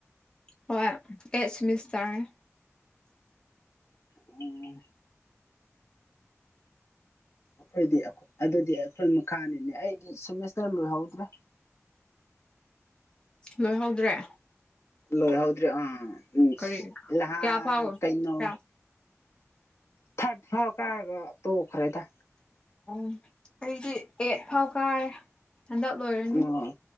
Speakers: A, on the left; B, on the left.
A: ꯍꯣꯏ ꯑꯦꯠ ꯁꯤꯃꯤꯁꯇꯔꯅꯦ
B: ꯎꯝ ꯑꯩꯈꯣꯏꯗꯤ ꯑꯗꯨꯗꯤ ꯑꯩꯈꯣꯏ ꯃꯈꯥꯅꯤꯅꯦ ꯑꯩꯗꯤ ꯁꯦꯃꯦꯁꯇꯔ ꯂꯣꯏꯍꯧꯗ꯭ꯔꯦ
A: ꯂꯣꯏꯍꯧꯗ꯭ꯔꯦ
B: ꯂꯣꯏꯍꯧꯗ꯭ꯔꯤ ꯑꯥ ꯎꯝ
A: ꯀꯔꯤ
B: ꯅꯍꯥꯟ
A: ꯀꯌꯥ ꯐꯥꯎ
B: ꯀꯩꯅꯣ
A: ꯀꯌꯥ
B: ꯊꯥꯔꯠ ꯐꯥꯎ ꯀꯥꯔꯒ ꯇꯣꯛꯈ꯭ꯔꯦꯗ
A: ꯎꯝ ꯑꯩꯗꯤ ꯑꯦꯠ ꯐꯥꯎ ꯀꯥꯔꯦ ꯍꯟꯗꯛ ꯂꯣꯏꯔꯅꯤ
B: ꯑꯣ